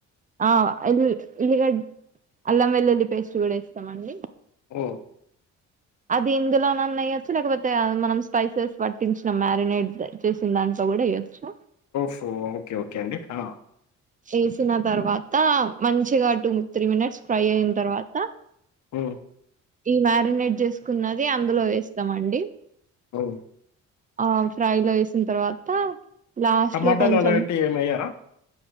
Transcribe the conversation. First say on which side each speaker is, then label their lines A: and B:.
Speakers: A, on the right; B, on the left.
A: ఆ ఇల్ ఇల్లుగ అల్లం వెల్లుల్లి పేస్ట్ కూడా ఇస్తామండి
B: ఓ
A: అది ఇందులోనన్న అయచ్చు లేకపోతే మనం స్పైసెస్ పట్టించిన మ్యారినేట్ చేసిన దాంట్లో కూడా వయ్యొచ్చు
B: ఫ ఓకే ఓకే అండి ఆ
A: వేసిన తర్వాత మంచిగా టూ త్రీ మినిట్స్ ఫ్రై అయిన తర్వాత
B: హ
A: ఈ మ్యారినేట్ చేసుకున్నది అందులో వేస్తామండి
B: అవు
A: ఆ ఫ్రైలో వేసిన తర్వాత లాస్ట్
B: టమాటాలు
A: లో కొంచెం
B: అలాంటివి ఏమయ్యారా